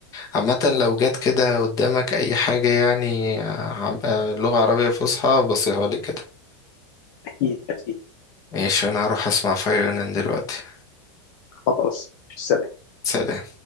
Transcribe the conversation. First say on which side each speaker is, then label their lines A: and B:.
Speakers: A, on the left; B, on the left.
A: عامة لو جت كده قدامك اي حاجة يعني عم- آه، لغة عربية فصحى بصيها لي كده
B: أكيد أكيد
A: ماشي انا هروح اسمع فيونان دلوقتي
B: خلاص سلام
A: سلام